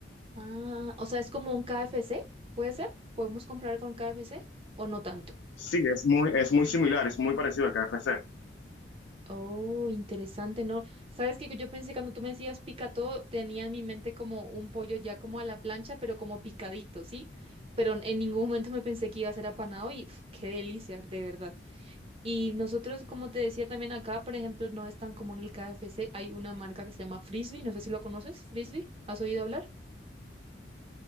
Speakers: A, on the right (about 30°); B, on the left (about 65°).
A: Ah, o sea, es como un K F C, ¿puede ser? ¿Podemos comprar con K F C o no tanto?
B: Sí, es muy, es muy similar, es muy parecido al KFC.
A: Oh, interesante, ¿no? Sabes que yo pensé cuando tú me decías pica todo, tenía en mi mente como un pollo ya como a la plancha, pero como picadito, ¿sí? Pero en en ningún momento me pensé que iba a ser apanado y uf, qué delicia, de verdad. Y nosotros, como te decía también acá, por ejemplo, no es tan común el KFC. Hay una marca que se llama Frisbee, no sé si lo conoces, Frisbee. ¿Has oído hablar?